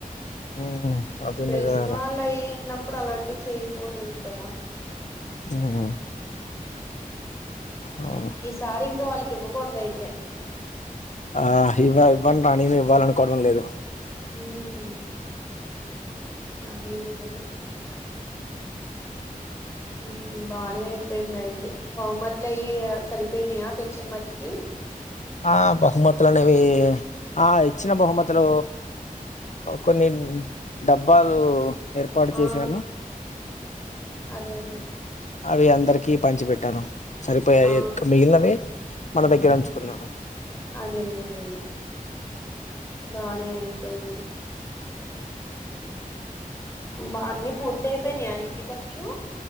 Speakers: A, on the left; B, on the left.
A: ఉమ్, అది
B: తెలిసిన
A: నిజమేరా
B: వాళ్ళు అయిన్నప్పుడు అలాంటివి చేయ్యకూడదు కదా
A: ఉమ్ అవన్
B: సార్ ఇంకా వాళ్ళకి ఇవ్వకూడదు అయితే
A: ఆ ఇవ్వ ఇవ్వం రా నేను ఇవ్వాల అనుకోవడం లేదు
B: ఉమ్ అది నిజమే ఊ బానే అయిపోయింది అయితే బహుమతులు అయి సరిపోయినాయా తెచ్చిన మట్టుకి
A: ఆ బహుమతులునేవి ఆ ఇచ్చిన బహుమతులు కొన్ని డబ్బాలు ఏర్పాటు
B: ఆ
A: చేశాను
B: అదే అదే
A: అవి అందరికి పంచి పెట్టాను సరిపోయయ్
B: ఆ
A: ఇంక్ మిగిలినవి మన దగ్గర అంచుకున్నాను
B: అదే అదేలే బానే ఐయిపోయింది. బా అన్ని పూర్తి అయిపోయినా ఇంటి పనులు